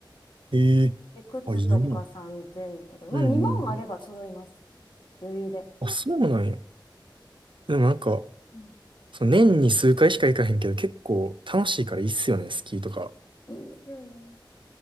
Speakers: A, on the right; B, on the left.
A: ええあ、
B: で、靴とか3000とか、
A: いいな。うん
B: まあ2万あれば揃います。
A: うんうん。
B: 余裕で。
A: あ、そうなんや。でもなんか、
B: うん
A: その年に数回しか行かへんけど、結構楽しいからいいっすよね、スキーとか。
B: いいでねすよね。